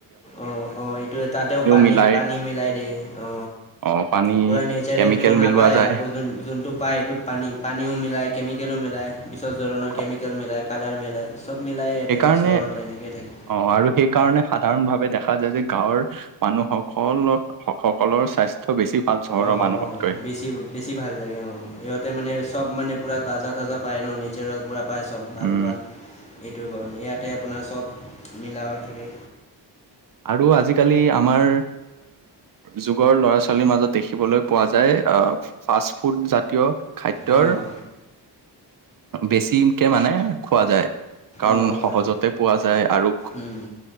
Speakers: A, on the left; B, on the right.
A: অ অ এটোৱে তাতেও পানী
B: মিলাই
A: পানী মিলাই দিয়ে অ
B: আহ পানী
A: পুৰা নেচাৰেলটো
B: কেমিকেল
A: নাপায়
B: মিলোৱা যায়
A: আকৌ যোনটো পায় সেইটোত পানী পানীও মিলাই কেমিকেলো মিলাই বিষেক ধৰণৰ
B: অ
A: কেমিকেল মিলাই কালাৰ মিলাই চব ইয়াতে
B: সেইকাৰণে
A: চহৰতে এনেকৈ থাকে
B: অ আৰু সেইকাৰণে সাধাৰণভাৱে দেখা দেখা যায় যে গাঁৱৰ মানুহসকলৰ সকলৰ স্বাস্থ্য বেছি ভাল চহৰৰ
A: অ
B: মানুহতকৈ
A: অ বেছি বেছি ভাল লাগে অ সিহঁতে মানে চব মানে পুৰা তাজা তাজা পায় ন নেচাৰেল পুৰা পায় চব ভাল
B: উম
A: ভাল এইটো কাৰণে ইয়াতে আপোনাৰ চব মিলাবাত থাকে
B: আৰু আজিকালি আমাৰ যুগৰ ল'ৰা ছোৱালীৰ মাজত দেখিবলৈ পোৱা যায় ফাষ্ট ফুড জাতীয় খাদ্যৰ
A: অ
B: বেছিকে মানে খোৱা যায় কাৰণ
A: অঁ অঁ
B: সহজতে পোৱা যায় আৰু
A: উম,